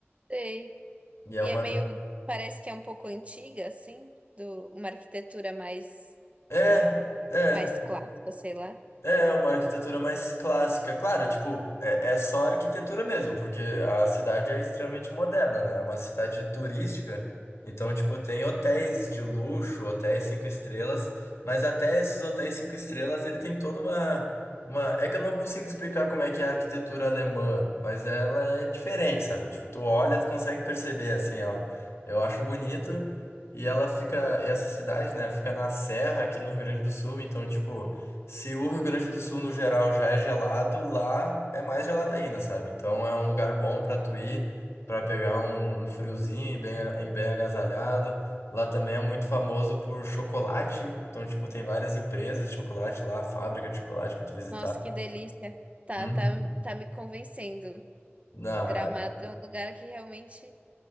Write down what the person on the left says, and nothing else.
E é
uma.
É, é,
É uma arquitetura mais clássica. Claro, tipo, é, é só arquitetura mesmo, porque a cidade é extremamente moderna, né? É uma cidade turística.
Então, tipo, tem hotéis de luxo, hotéis cinco estrelas, mas até esses hotéis cinco estrelas, ele tem toda uma, uma... É que eu não consigo explicar como é que é a arquitetura alemã, mas ela é diferente, sabe? Tipo, tu olha, tu consegue perceber, assim, ó. Eu acho bonito. E ela fica... E essa cidade, né? Fica na serra aqui no Rio Grande do Sul, então, tipo... Se o Rio Grande do Sul, no geral, já é gelado, lá é mais gelado ainda, sabe? Então é um lugar bom pra tu ir, pra pegar um, um friozinho e bem, e bem agasalhado. Lá também é muito famoso por chocolate. Então, tipo, tem várias empresas de chocolate lá, fábrica de chocolate pra tu visitar.
Hum.
Não,
é...